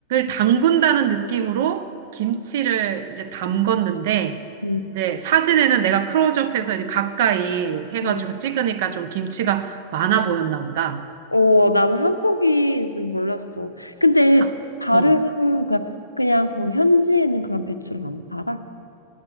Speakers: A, on the right; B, on the left.
A: 담근다는 느낌으로 김치를 이제 담궜는데,
B: 응,
A: 이제 사진에는 내가 클로즈업해서 이제 가까이 해가지고
B: 응.
A: 찍으니까 좀 김치가 많아 보였나 보다.
B: 어, 나는 한복인 는 몰랐어. 근데
A: 하-
B: 다른
A: 어.
B: 그냥, 그냥 거기 현지에는 그런 배추를 안 팔아?